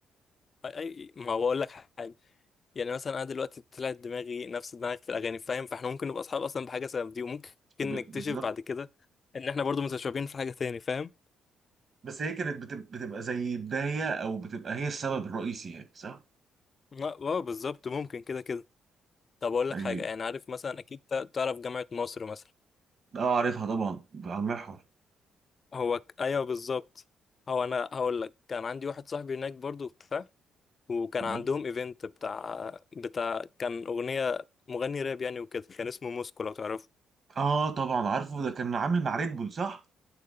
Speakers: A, on the left (about 40°); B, on the right (about 50°).
A: أي- أي- ما هو بقول لك حاجه يعني مثلا انا دلوقتي طلعت دماغي نفس دماغك في الاغاني فاهم فاحنا ممكن نبقى اصحاب اصلا بحاجه سبب دي وممكن نكتشف
B: ب... بالظبط
A: بعد كده ان احنا برضو متشابهين في حاجه تاني فاهم
B: بس هي كانت بتب... بتبقى زي بداية أو بتبقى هي السبب الرئيسي يعني صح؟
A: اه آه، بالظبط ممكن كده كده طب اقول
B: يعني
A: لك حاجه يعني عارف مثلا اكيد تع- تعرف جامعه مصر مثلا
B: اه عارفها طبعا على المحور
A: هو ك... ايوه بالظبط هو انا هقول لك كان عندي واحد صاحبي هناك برضو بتاع وكان
B: مم.
A: عندهم ايفنت بتاع بتاع كان اغنيه مغني راب يعني وكده كان اسمه موسكو لو تعرفه
B: اه طبعا عارفه ده كان عامل مع ريد بول صح؟